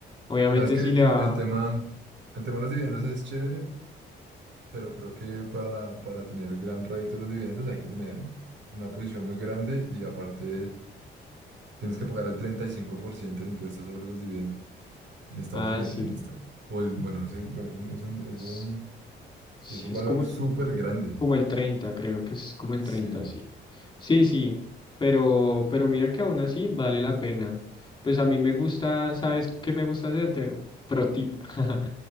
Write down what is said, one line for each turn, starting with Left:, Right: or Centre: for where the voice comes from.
Left: Obviamente
Right: Sabes que
Left: sí
Right: el,
Left: le va,
Right: el tema, el tema de los dividendos es chévere, pero creo que para, para tener gran rédito de los dividendos hay que tener una posición muy grande y aparte Tienes que pagar el 35% de impuestos sobre los dividendos en Estados
Left: ah,
Right: Unidos.
Left: sí,
Right: En esta, o el, bueno, no sé, bueno, es un, es un,
Left: es,
Right: es un,
Left: sí,
Right: es un
Left: es
Right: valor
Left: como el,
Right: súper grande.
Left: como el treinta creo que es como el
Right: Sí,
Left: treinta sí. Sí, sí, pero, pero mira que aún así vale la pena. Pues a mí me gusta, ¿sabes qué me gusta hacerte? Pro tip. <laughs>